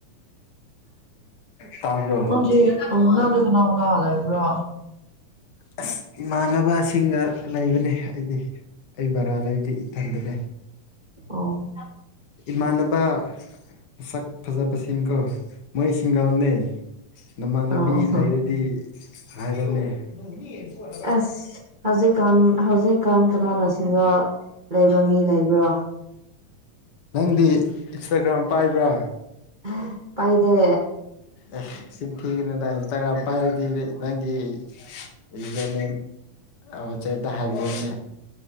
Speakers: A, on the left (about 60°); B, on the right (about 25°).
A: ꯇꯥꯕꯔ‌ꯣ
B: ꯅꯪꯗꯤ ꯑꯣ ꯅꯪꯗꯤ ꯀꯅꯥ ꯀꯅꯥ ꯂꯩꯕ꯭ꯔꯣ
A: ꯑꯁ ꯏꯃꯥꯟꯅꯕꯁꯤꯡꯒ ꯂꯩꯕꯅꯦ ꯑꯩꯗꯤ ꯑꯩ ꯕꯔꯥꯗ ꯑꯩꯗꯤ ꯏꯊꯟꯗ ꯂꯩ
B: ꯑꯣ
A: ꯏꯃꯥꯟꯅꯕ ꯃꯁꯛ ꯐꯖꯕꯁꯤꯡꯀꯣ ꯃꯣꯏ ꯁꯤꯡꯒꯜꯅꯦ ꯅꯃꯥꯟꯅꯕꯤ
B: ꯑꯣ ꯑꯁ
A: ꯂꯩꯔꯗꯤ ꯍꯥꯏꯔꯣꯅꯦ <unintelligible>
B: ꯑꯁ ꯍꯧꯖꯤꯛꯀꯥꯟ ꯍꯧꯖꯤꯛꯀꯥꯟ ꯀꯅꯥꯅ ꯁꯤꯡꯒꯜ ꯂꯩꯕ ꯃꯤ ꯂꯩꯕ꯭ꯔꯣ
A: ꯅꯪꯗꯤ ꯏꯟꯁꯇꯥꯒ꯭ꯔꯥꯝ ꯄꯥꯏꯕ꯭ꯔꯥ
B: ꯎꯝ ꯄꯥꯏꯗ‌ꯦ
A: ꯑꯦ ꯅꯆꯤꯟ ꯊꯤꯒꯅꯨꯗ ꯏꯟꯁꯇꯥꯒ꯭ꯔꯥꯝ ꯄꯥꯏꯔꯗꯤ ꯅꯪꯒꯤ ꯌꯨꯖꯔꯅ‌ꯦꯝ ꯑꯣ ꯋꯥꯠꯆꯞꯇ ꯍꯥꯏꯕꯤꯌ‌ꯣꯅꯦ